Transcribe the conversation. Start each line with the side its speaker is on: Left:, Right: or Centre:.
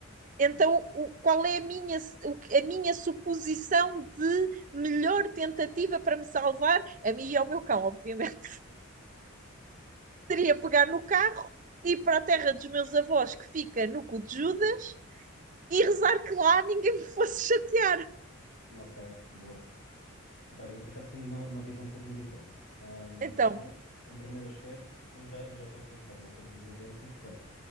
Right: Então, o, qual é a minha, a minha suposição de melhor tentativa para me salvar, a mim e ao meu cão, obviamente? <laughs> Seria pegar no carro, ir para a terra dos meus avós, que fica no cu de Judas, e rezar que lá ninguém me fosse chatear.
Left: Ok, boa. Epá, eu por acaso tinha uma, uma visão um bocadinho diferente. Ahm,
Right: Então,
Left: em, pri- em primeiro aspecto, eu já, já estou a pensar em sobrevivência, portanto,